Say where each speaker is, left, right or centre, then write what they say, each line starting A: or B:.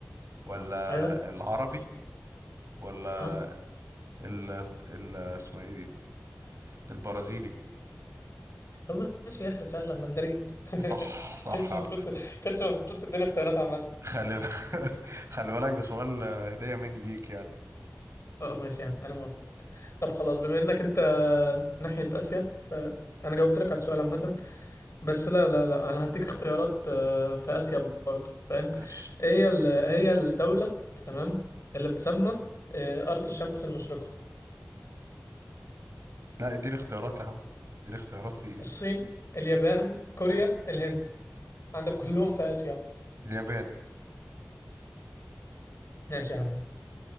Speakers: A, on the right; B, on the left.
A: ولا
B: ايوه
A: العربي ولا
B: اه
A: ال... ال... اسمها ايه دي البرازيلي
B: طب ماشي يا اخي سهله مندرين <laughs>
A: صح صح
B: كانش
A: يا
B: المفروض
A: عم.
B: كانش المفروض تديني اختيارات عامه
A: خلي <laughs> خلي بالك ده سؤال آه، هدية مني ليك يعني
B: اه ماشي يا عم انا موافق طب خلاص بما انك انت ناحيه اسيا فانا جاوبت لك على السؤال عامه بس لا لا لا انا هديك اختيارات آه، في اسيا برضه فاهم
A: ماشي
B: ايه هي ال- هي الدوله تمام اللي بتسمى آه، ارض الشمس المشرقه
A: لا اديني اختيارات يا عم اديني اختيارات في ايه
B: الصين اليابان كوريا الهند عندك كلهم في آسيا
A: اليابان
B: ماشي يا عم